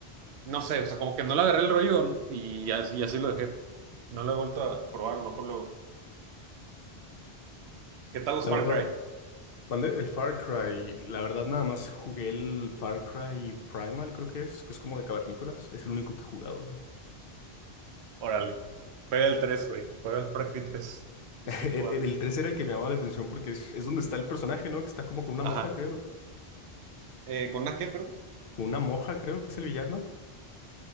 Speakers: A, on the right; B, on the left.
A: no sé, o sea, como que no le agarré el rollo y así, y así lo dejé. No lo he vuelto a probar, a lo mejor luego. ¿Qué tal los
B: La
A: Far
B: verdad,
A: Cry?
B: mandé el Far Cry. La verdad, nada más jugué el Far Cry Primal, creo que es, que es como de cavernícolas. Es el único que he jugado.
A: Órale, juega el tres güey, juega el Far Cry tres es
B: <laughs>
A: que
B: El
A: jugar.
B: el 3 era el que me llamaba la atención porque es, es donde está el personaje, ¿no? Que está como con una
A: Ajá.
B: moja, creo.
A: Eh, ¿con una qué, perdón?
B: Con una moja, creo que es el villano.